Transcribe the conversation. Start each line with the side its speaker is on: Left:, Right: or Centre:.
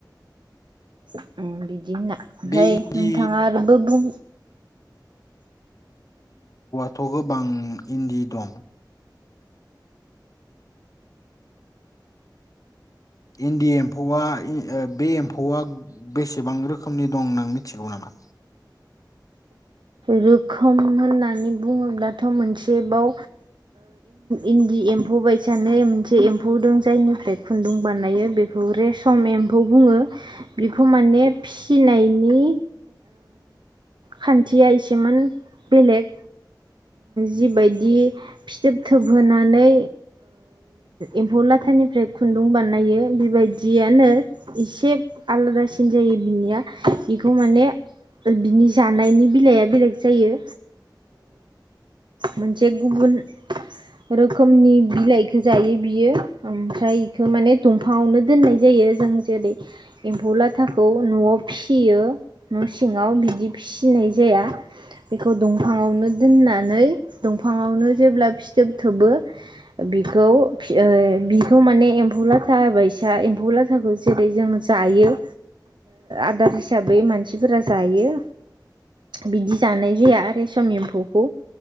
Right: <inaudible> बिदि होनना ओमफ्राय
Left: बे इन्दि
Right: नोंथाङा आरोबो बुं
Left: थ' गोबां इन्दि दं इन्दि एम्फौआ बे एम्फौआ बेसेबां रोखोमनि दं नों मिथिगौ नामा?
Right: रोखोम होननानै बुङोब्लाथ' मोनसेबाव इन्दि एम्फौ बायसानो मोनसे एम्फौ दं जायनिफ्राय खुन्दुं बानायो बेखौ रेसम एम्फौ बुङो बेखौ माने फिसिनायनि खान्थिया एसेमान बेलेग जिबायदि फिथोब थोबहोनानै एम्फौ लाथानिफ्राय खुन्दुं बानायो बिबायदियानो एसे आलादासिन जायो बिनिया बेखौ माने बिनि जानायनि बिलाइया बेलेग जायो मोनसे गुबुन रोखोमनि बिलाइखो जायो बियो ओमफ्राय इखौ माने दंफाङावनो दोननाय जायो जों जेरै एम्फौ लाथाखौ न'आव फिसियो न' सिङाव बिदि फिसिनाय जाया बेखौ दंफाङावनो दोननानै दंफाङावनो जेब्ला फिथोब थोबो बिखौ ओ बिखौ माने एम्फौ लाथा बायसा एम्फौ लाथाखौ जेरै जों जायो आदार हिसाबै मानसिफोरा जायो। बिदि जानाय जाया रेसम एम्फौखौ